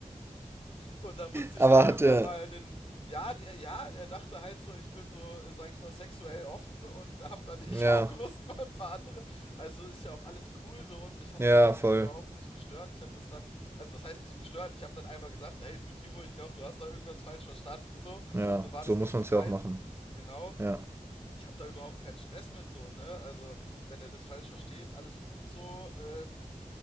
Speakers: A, on the left (about 45°); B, on the right (about 20°).
A: Und, und dann musste
B: Aber
A: ich da irgendwann
B: hatte,
A: mal den, ja, der, ja, er dachte halt so, ich bin so, sag ich mal, sexuell offen und hab da <laughs> nicht
B: ja,
A: auch Lust mal ein paar andere. Also ist ja auch alles cool so und mich hat
B: ja,
A: das eigentlich
B: voll.
A: überhaupt nicht gestört. Ich habe das dann, also was heißt nicht gestört? Ich habe dann einmal gesagt, hey, du Timo, ich glaube, du hast da irgendwas falsch verstanden, so,
B: Ja,
A: so war
B: so
A: das
B: muss
A: nicht
B: man
A: gemeint.
B: es ja auch machen.
A: Genau,
B: Ja,
A: ich habe da überhaupt keinen Stress mit so, ne? Also, wenn er das falsch versteht, alles gut so. Ähm,